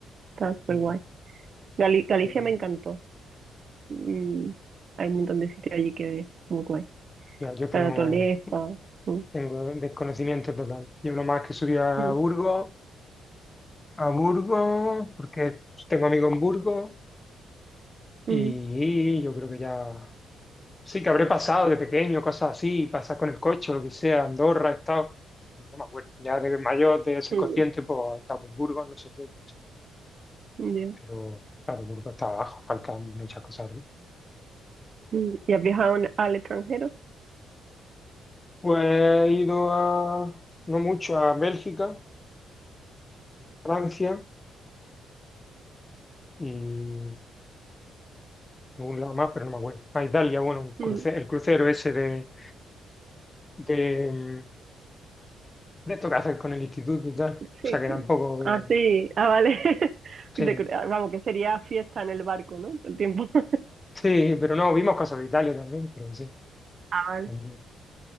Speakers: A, on the right (about 50°); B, on the left (about 20°).
A: está súper
B: y,
A: guay. Gali- Galicia
B: eh,
A: me encantó. Mm, hay un montón de sitios allí que es muy guay.
B: ya, yo que
A: La
B: no
A: naturaleza. mm,
B: tengo desconocimiento total. Yo lo más que subí a
A: mm,
B: Burgos, a Burgos, porque tengo amigos en Burgos, y
A: mm,
B: yo creo que ya. Sí, que habré pasado de pequeño, cosas así, pasar con el coche, lo que sea, Andorra, he estado. No me acuerdo. Ya de mayor, de ser
A: mm,
B: consciente, pues he estado por Burgos, no sé qué.
A: mm, ya,
B: pero claro, Burgos está abajo, faltan muchas cosas arriba.
A: mm. ¿Y has viajado en- al extranjero?
B: Pues he ido a, no mucho, a Bélgica, Francia y algún lado más, pero no me acuerdo. A Italia, bueno, un
A: Mm,
B: cruce- el crucero ese de, de, de esto que hacen con el instituto y tal. O
A: sí.
B: sea que tampoco, eh,
A: Ah, sí. Ah, vale. <laughs>
B: sí,
A: De cru- ah, vamos, que sería fiesta en el barco, ¿no? Todo el tiempo. <laughs>
B: sí, pero no, vimos cosas de Italia también, pero sí.
A: Ah, vale.
B: también.